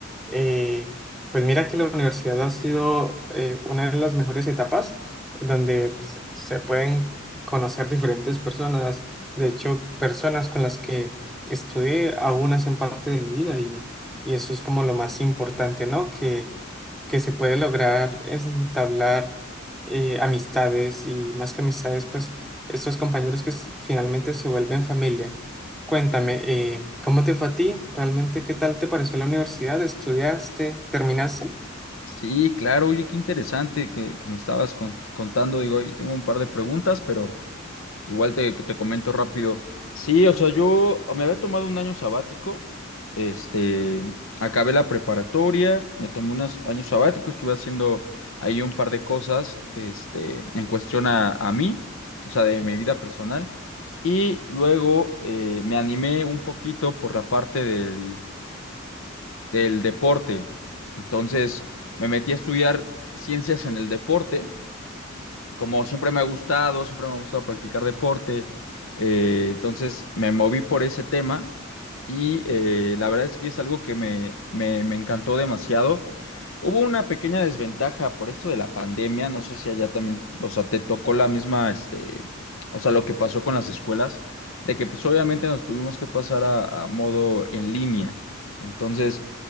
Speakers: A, in the centre; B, on the left (about 75°).
A: Eh, pues mira que la universidad ha sido eh, una de las mejores etapas donde pues, se pueden conocer diferentes personas. De hecho, personas con las que estudié aún hacen parte de mi vida y, y eso es como lo más importante, ¿no? Que, que se puede lograr es entablar eh, amistades y más que amistades, pues estos compañeros que s- finalmente se vuelven familia. Cuéntame, eh, ¿cómo te fue a ti? ¿Realmente qué tal te pareció la universidad? ¿Estudiaste? ¿Terminaste?
B: Sí, claro, oye, qué interesante que, que me estabas con- contando, digo, ahí tengo un par de preguntas, pero... Igual te, te comento rápido. Sí, o sea, yo me había tomado un año sabático. Este, acabé la preparatoria, me tomé unos años sabático, estuve haciendo ahí un par de cosas, este, en cuestión a, a mí, o sea, de mi vida personal. Y luego eh, me animé un poquito por la parte del, del deporte. Entonces, me metí a estudiar ciencias en el deporte como siempre me ha gustado, siempre me ha gustado practicar deporte, eh, entonces me moví por ese tema y eh, la verdad es que es algo que me, me, me encantó demasiado. Hubo una pequeña desventaja por esto de la pandemia, no sé si allá también, o sea, te tocó la misma, este, o sea, lo que pasó con las escuelas, de que pues obviamente nos tuvimos que pasar a, a modo en línea. Entonces,